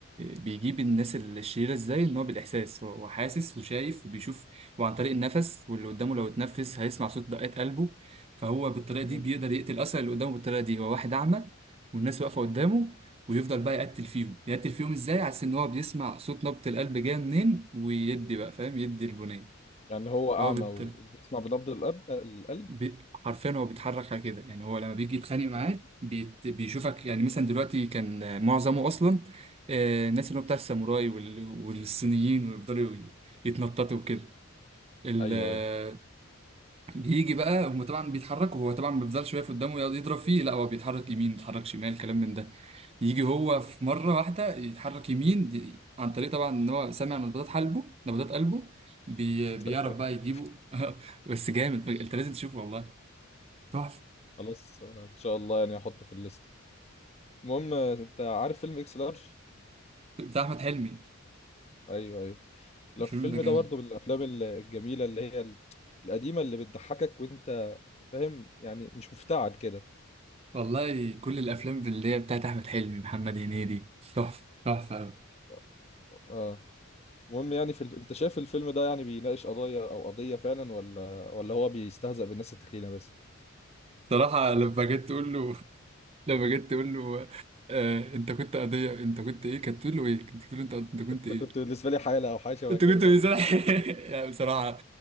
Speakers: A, on the right (about 30°); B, on the left (about 30°).
A: بيجيب الناس الشريرة ازاي ان هو بالاحساس هو هو حاسس وشايف وبيشوف وعن طريق النفس واللي قدامه لو اتنفس هيسمع صوت دقات قلبه فهو بالطريقة دي
B: امم
A: بيقدر يقتل اصلا اللي قدامه بالطريقة دي هو واحد اعمى والناس واقفة قدامه ويفضل بقى يقتل فيهم يقتل فيهم ازاي عشان ان هو بيسمع صوت نبض القلب جاية منين ويدي بقى فاهم يدي البنية
B: يعني هو اعمى
A: هو بالت-
B: وبيسمع بنبض القلب القلب
A: بي... حرفيا هو بيتحرك على كده يعني هو لما بيجي يتخانق معاك
B: امم
A: بيت... بيشوفك يعني مثلا دلوقتي كان آه، معظمه اصلا آه، الناس اللي هو بتاع الساموراي وال... والصينيين ويفضلوا ي- يتنططوا وكده ال...
B: ايوه
A: آه،
B: ايوه
A: بيجي بقى هم طبعا بيتحركوا هو طبعا ما بيفضلش واقف قدامه يقعد يضرب فيه لا هو بيتحرك يمين بيتحرك شمال كلام من ده يجي هو في مرة واحدة يتحرك يمين دي- عن طريق طبعا ان هو سامع نبضات قلبه نبضات قلبه بي...
B: <laughs>
A: بيعرف بقى يجيبه <laughs> بس جامد انت لازم تشوفه والله تحفة.
B: خلاص آه، ان شاء الله يعني هحطه في الليست المهم آه، انت عارف فيلم اكس لارج
A: بتاع احمد حلمي
B: ايوه ايوه لا
A: الفيلم
B: الفيلم
A: ده جامد
B: ده برضو من الافلام الجميله اللي هي ال- القديمه اللي بتضحكك وانت فاهم يعني مش مفتعل كده
A: والله كل الافلام اللي هي بتاعت احمد حلمي محمد هنيدي تحفه تحفه قوي
B: آه، آه. المهم يعني في ال... انت شايف الفيلم ده يعني بيناقش قضايا او قضية فعلا ولا ولا هو بيستهزأ بالناس التخينة بس
A: صراحه لما جيت تقول له <laughs> لما جيت تقول له آه انت كنت قضيه انت كنت ايه كانت تقول له ايه كانت تقول له انت انت كنت
B: انت
A: ايه
B: كنت بالنسبة لي حالة او حاجة شبه
A: انت
B: كده
A: كنت بصراحة <laughs> لا بصراحة